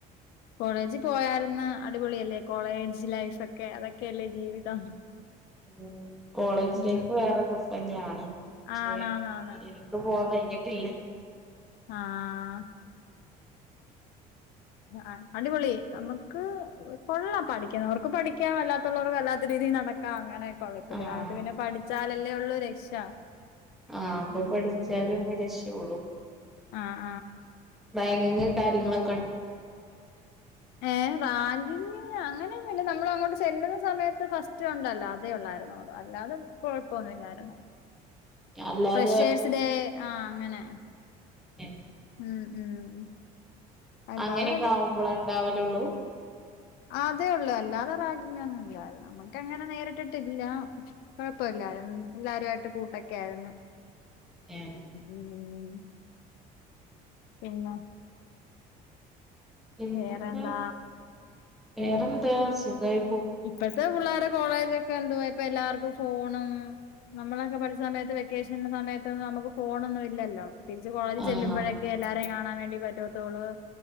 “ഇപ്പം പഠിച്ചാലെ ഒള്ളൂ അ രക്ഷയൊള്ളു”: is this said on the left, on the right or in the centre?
Centre